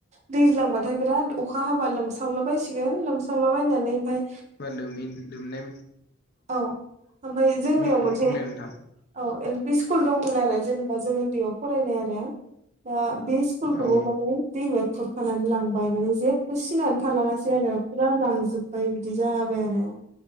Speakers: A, on the right (about 35°); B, on the left (about 45°).
A: दैज्लांबाथाय बिराद अखा हाबा लोमसावलाबायसिगोन लोमसावलाबायनानै ओमफफ्राय
B: म ल लोमनाय
A: औ ओमफ्राय जोंनियाव
B: बुंलाय
A: मोनसे
B: बुंलाय नोंथां
A: औ एल पि स्कुल दंमोन आरो जेनेबा जों उन्दैयाव फरायनाय आरो दा बे खौवबो
B: औ
A: माने दैमाया खुरखानानै लांबाय माने जेबो सिनानै थालांङासै आरो फुरा लांजोबबाय बिदि जाबाय आरो